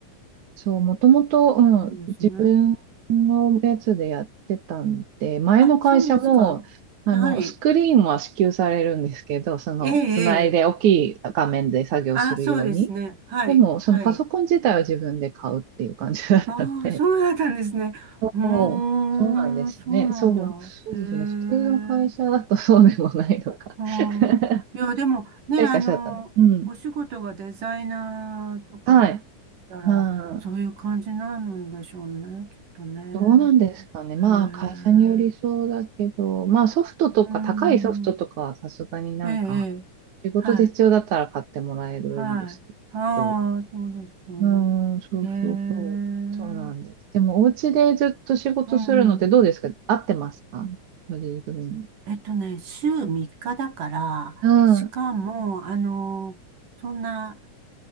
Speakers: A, on the right; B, on the right.
A: そう、もともと、うん、
B: うですね。
A: 自分のやつでやってたんで、前の会社も、
B: あ、そうですか。
A: あの、
B: やはり、
A: スクリーンは支給されるんですけど、その、
B: ええ、ええ。
A: つないで大きい画面で作業するように。
B: あ、そうですね。はい、
A: でも、そのパソコン自体は自分で買うっていう感じだったんで。
B: はい。ああ、そうだったんですね。うー
A: そうそうなんですよね。
B: ん、そうなんだ。
A: そう、そうですよね。普通の会社だとそうでもないのか。
B: へえ。ああ、
A: <laughs> っ
B: いや、でもね、
A: ていう会社だったの。
B: あの、
A: うん。
B: お仕事がデザイナーとかだったら、
A: はい。はい。
B: そういう感じなんでしょうね、きっとね。
A: どうなんですかね。まあ、
B: へえ、う
A: 会社によりそうだけど、まあ、ソフトとか、
B: ーん、
A: 高いソフトとかはさすがになんか、
B: ええ、ええ
A: 仕事で必要だったら買ってもらえるんですけど、
B: はい、はい。ああ、そうですよね。
A: うーん、そうそうそう。
B: へえ、うん
A: そうなんです。でも、お家でずっと仕事するのってどうですか合ってますかご自分に。
B: うんえっとね、週3日だから、
A: うん。
B: しかも、
A: あ
B: あの、そんな、